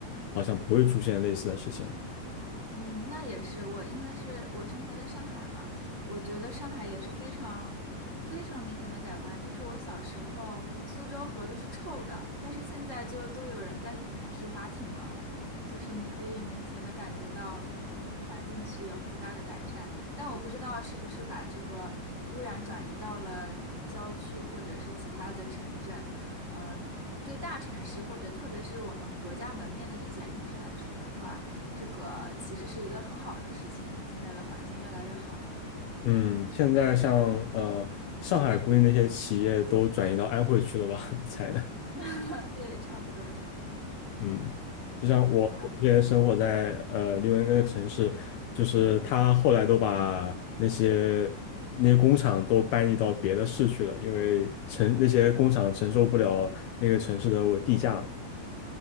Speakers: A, on the left (about 70°); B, on the right (about 20°).
A: 好像不会出现类似的事情了。
B: 嗯，那也是我，因为是我生活在上海嘛，我觉得上海也是非常非常明显的改观。就是我小时候苏州河都是臭的，但是现在就都有人在里面皮划艇了，就是你可以明显的感觉到呃环境是有很大的改善。但我不知道是不是把这个污染转移到了郊区或者是其他的城镇，嗯、对大城市或者特别是我们国家门面的一线城市来说的话。这个其实是一个很好的事情，现在的环境越来越好了。
A: 嗯，现在像呃上海估计那些企业都转移到安徽去了吧，<laughs> 我猜的。
B: 嗯，对，差不多，差不多。
A: 嗯，就像我我之前生活在呃另外一个城市，
B: 好的，
A: 就是他后来都把那些那些工厂都搬移到别的市去了，因为承那些工厂承受不了那个城市的我地价了。